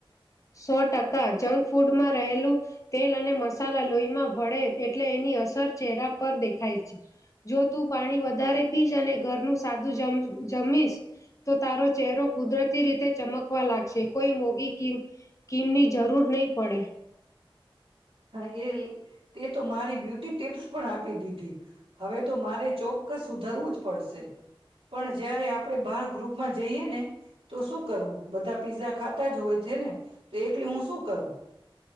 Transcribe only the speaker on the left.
સો ટકા જંક ફૂડમાં રહેલું તેલ અને મસાલા લોહીમાં ભળે એટલે એની અસર ચહેરા પર દેખાય છે જો તું પાણી વધારે પીશ અને ઘરનું સાદું જ જમીશ તો તારો ચહેરો કુદરતી રીતે ચમકવા લાગશે કોઈ મોગી ક કિમની જરૂર નહી પડે.